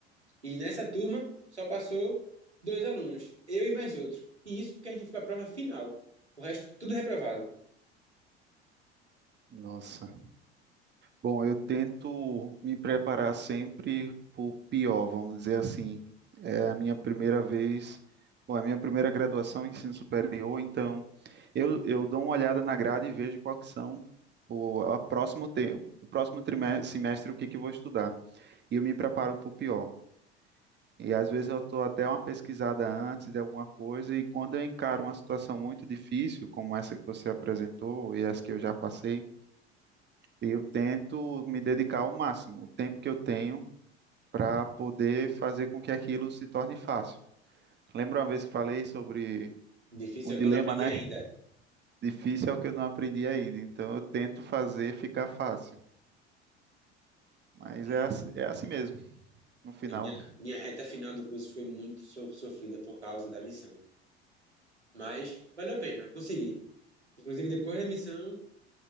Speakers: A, on the right; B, on the right.
A: E nessa turma só passou dois alunos, eu e mais outro. E isso porque a gente foi para a prova final. O resto, tudo reprovado.
B: Nossa. Bom, eu tento me preparar sempre para o pior, vamos dizer assim. É a minha primeira vez, bom, a minha primeira graduação em ensino superior, então eu, eu dou uma olhada na grade e vejo qual que são o a próximo te, o próximo trimestre, semestre o que que eu vou estudar. E eu me preparo para o pior. E às vezes eu estou até uma pesquisada antes de alguma coisa, e quando eu encaro uma situação muito difícil, como essa que você apresentou e essa que eu já passei, e eu tento me dedicar ao máximo, o tempo que eu tenho, para poder fazer com que aquilo se torne fácil. Lembra uma vez que falei sobre
A: Difícil
B: um
A: é
B: dilema,
A: o que eu não aprendi
B: né?
A: ainda.
B: Difícil é o que eu não aprendi ainda, então eu tento fazer ficar fácil. Mas
A: É.
B: é assim, é assim mesmo, no final.
A: A minha, minha reta final do curso foi muito so- sofrida por causa da missão. Mas valeu a pena, consegui. Inclusive, depois da missão,